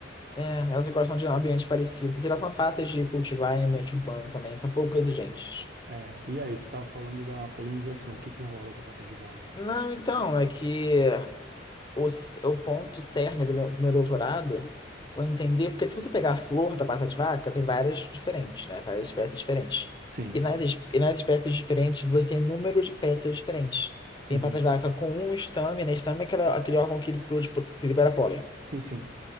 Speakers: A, on the left; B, on the right.
A: É, elas gostam de ambientes parecidos. E elas são fáceis de cultivar em ambiente urbano também, são pouco exigentes.
B: É, e aí, você tava falando da polinização, o que que rola com a pata de vaca?
A: Não, então, é que o, c- o ponto cerne do meu, do meu doutorado foi entender, porque se você pegar a flor da pata de vaca, tem várias diferentes, né? Várias espécies diferentes.
B: Sim.
A: E nas, es- e nas espécies diferentes, você tem número de peças diferentes. Tem
B: Uhum.
A: pata de vaca com um estame, né? Estame é aquela, aquele órgão que, produ- que libera pólen.
B: Sim, sim.